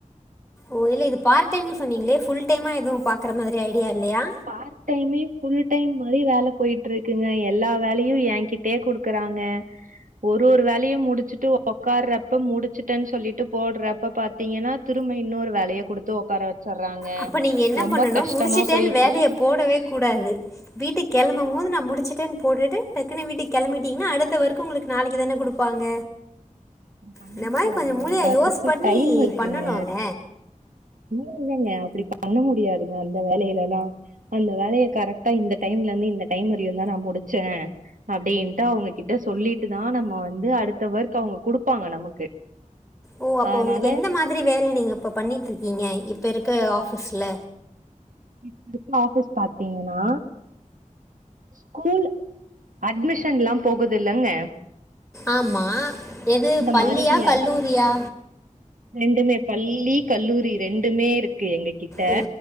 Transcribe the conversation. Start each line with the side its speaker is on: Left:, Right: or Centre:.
Centre: ஓ இல்ல இது பார்ட் டைம்ன்னு சொன்னீங்களே புல் டைம்மா எது பாக்கற மாதிரி ஐடியா இல்லையா
Right: பார்ட் டைமே ஃபுல் டைம் மாதிரி வேல போயிட் ருக்குங்க எல்லா வேலையு ஏங் கிட்டே குடுக்கறாங்க ஒரு ஒரு வேலையையும் முடுச்சுட்டு உக்காற்றப்ப முடிச்சுட்டேன் சொல்லிட்டு போற்றப்ப பாத்தீங்கன்னா திரும்ப இன்னொரு வேலைய குடுத்து உட்கார வச்சற்றாங்க
Centre: அப்ப நீங்க என்ன
Right: ரொம்ப
Centre: பண்ணணும்
Right: கஷ்டமா
Centre: முடிச்சுட்டேன்னு
Right: போயி
Centre: வேலைய போடவே கூடாது வீட்டுக் கெளம்பும் போது நா முடிச்சிட்டேன் போட்டுட்டு டக்குனு வீட்டுக் கிளம்பிட்டீங்ன்னா அடுத்த ஒர்க்கு உங்களுக் நாளைக்கு தானே குடுப்பாங்க
Right: பண்ண
Centre: இந்த
Right: முடியாதுங்க
Centre: மாரி கொஞ்ச மூலைய
Right: எல்லாத்துக்கு
Centre: யோஸ் பண்ணி
Right: டைம் இருக்குங்க
Centre: பண்ணனுங்க
Right: இல்ல இல்லைங்க அப்படி பண்ண முடியாதுக அந்த வேலையில எல்லா அந்த வேலைய கரெக்ட்டா இந்த டைம்ல இந்து இந்த டைம் வரையு தா நா முடிச்சே அப்படின்ட்டு அவங்ககிட்ட சொல்லிட்டுதா நம்ம வந்து அடுத்த ஒர்க் அவங்க கு டுப்பாங்க நமக்கு
Centre: ஓ அப்போ
Right: அதனால
Centre: உங்களுக்கு எந்த மாதிரி வேல நீங்க இப்போ பண்ணிட்ருக்கீங்க இப்ப இருக்க ஆஃபீஸ்ல
Right: இப்ப இருக்க ஆஃபீஸ் பாத்தீங்கன்னா ஸ்கூல் அட்மிஷன் எல்லா போகுதல்லங்க
Centre: ஆம்மா எது பள்ளியா
Right: மாரிங்க
Centre: கல்லூரியா
Right: ரெண்டுமே பள்ளி கல்லூரி ரெண்டுமே இருக்கு எங்க கிட்ட
Centre: ஓ